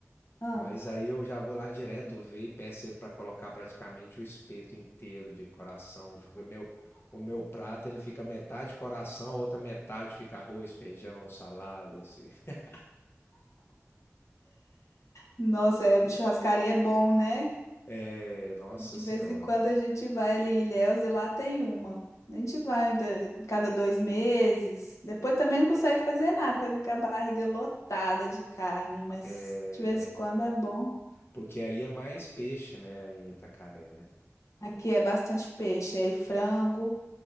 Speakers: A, on the left; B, on the left.
A: ah.
B: Mas aí eu já vou lá direto ver e peço ele para colocar praticamente o espeto inteiro de coração. Fica- meu, o meu prato ele fica metade coração, a outra metade fica arroz, feijão, salada. Esse. <laughs>
A: Nossa, é- churrascaria é bom, né?
B: É, nossa
A: De
B: senhora.
A: vez em quando a gente vai ali em Ilhéus e lá tem uma. A gente vai ainda cada dois meses. Depois também não consegue fazer nada, com aquela barriga lotada de carne, mas
B: É,
A: de vez
B: né?
A: em quando é bom.
B: Porque aí é mais peixe, né? aí Em Itacaré, né?
A: Aqui é bastante peixe, aí frango.